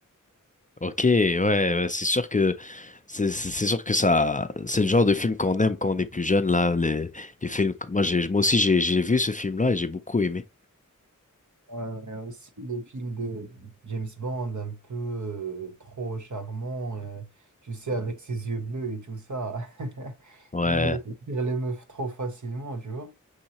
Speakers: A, on the left (about 25°); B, on the right (about 60°).
A: Ok, ouais, ouais, c'est sûr que c'est c'est- c'est sûr que ça c'est le genre de film qu'on aime quand on est plus jeune là les les films moi j'ai moi aussi j'ai j'ai vu ce film là et j'ai beaucoup aimé.
B: Euh, aussi les films de James Bond, un peu euh, trop charmant, euh, tu sais, avec ses yeux bleus et tout ça. <laughs>
A: Ouais.
B: Il euh, tire les meufs trop facilement, tu vois.